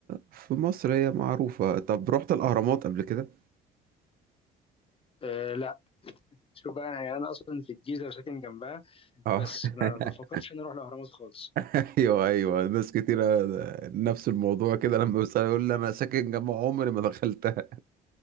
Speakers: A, on the right; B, on the left.
A: في مصر هي معروفة طب رحت الأهرامات قبل كده؟
B: آه لا شوف بقى يعني انا اصلا في الجيزه وساكن جنبها
A: اه
B: بس
A: <laughs>
B: ما ما فكرتش اني اروح الاهرامات خالص
A: ايوه ايوه ناس كتيرة نفس الموضوع كده لما بيسأل يقول لي انا ساكن جنب عمري ما دخلتها